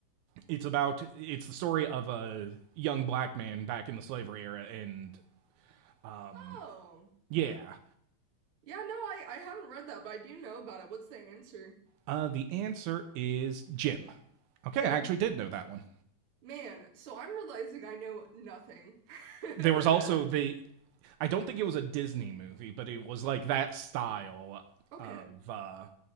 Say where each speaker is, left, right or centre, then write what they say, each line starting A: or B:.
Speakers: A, on the right; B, on the right.
A: it's about it's the story of a young black man back in the slavery era, and um,
B: Oh.
A: yeah,
B: Yeah, no, I I haven't read that, but I do know about it. What's the answer,
A: uh, the answer is Jim. Okay,
B: Jim?
A: I actually did know that one.
B: Man, so I'm realizing I know nothing. <laughs>
A: There was also the. I don't think it was a Disney movie, but it was like that style
B: Okay,
A: of uh,